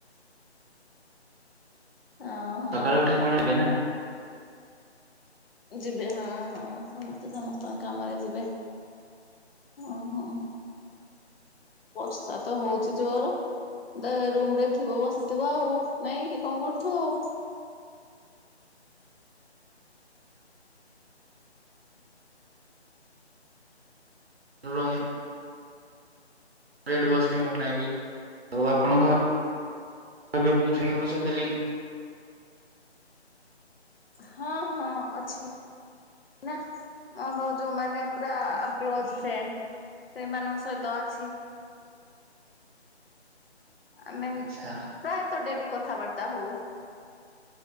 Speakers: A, on the left; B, on the right.
A: ଓହୋ
B: ସକାଳୁ ଉଠିକି ପୁଣି। <unintelligible>
A: ଯିବେ ହଁ- ହଁ ସମସ୍ତେ ସମସ୍ତଙ୍କ କାମରେ ଯିବେ। ଓହୋ ବର୍ଷା ତ ହଉଚି ଜୋର। <unintelligible> ରୁମ୍ ରେ ଥିବ ବସିଥିବ ଆଉ ନାଇଁକି କଣ କରୁଥିବ ଆଉ।
B: ରୁମ୍। <inaudible>
A: ହଁ- ହଁ ଅଛି। ନା ମର ଯଉ ମାନେ ପୁରା କ୍ଲୋଜ୍ ଫ୍ରେଣ୍ଡ୍ ସେଇମାନଙ୍କ ସହିତ ଅଛି। ଆମେ
B: ଆଚ୍ଛା
A: ପ୍ରାୟତ ଡେଲି କଥାବାର୍ତ୍ତା ହଉ।